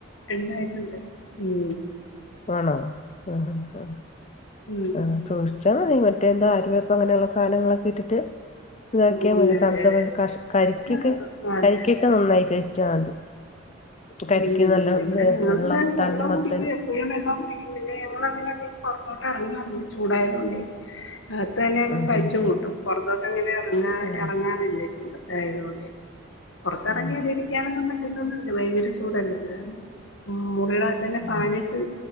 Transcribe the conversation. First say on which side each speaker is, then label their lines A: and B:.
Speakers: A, on the left; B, on the left.
A: ഉണ്ടായിട്ട്ണ്ട് ഉം
B: ആണോ ആഹ് ആഹ്
A: ഉം
B: ആഹ് സൂക്ഷിച്ചാൽ മതി മറ്റേ എന്താ ആര്വയപ്പ് അങ്ങനെയുള്ള സാധനങ്ങളൊക്കെ ഇട്ടിട്ട് ഇതാക്കിയാൽ
A: ഉം
B: മതി
A: അതെ
B: തണുത്തെ
A: അതെ
B: കഷ കരിക്കൊക്കെ
A: ആ, അതെ
B: കരിക്കൊക്കെ
A: അതെ അതെ
B: നന്നായി കഴിച്ചാൽ മതി കരിക്ക്
A: ഉം
B: നല്ല
A: ഇവിടെ
B: വെ
A: ഞങ്ങള്
B: തണ്ണിമത്തൻ
A: വെള്ളം കുടിക്കുവേ പുഴെമ്മ കുടിക്കും പിന്നെ ഞമ്മൾങ്ങനെ അധികം പുറത്തോട്ട് ഇറങ്ങില്ല ചൂടായതൊണ്ടയ് അകത്ത് തന്നെയൊക്കെ
B: ഉം
A: കഴിച്ചു
B: ഉം ഉം
A: കൂട്ടും പുറത്തോട്ട് ഇങ്ങനെ എറങ്ങാ
B: ഉം
A: എറങ്ങാറില്ല ചൂട തൊണ്ട് പുറത്തിറങ്ങി
B: ഉം
A: ഇതിരിക്കണെന്നും പറ്റുന്നൊന്ന ഭയങ്ക ചൂടല്ലല്ലേ മുറികളക തന്നെ
B: ഉം
A: പാനിട്ട്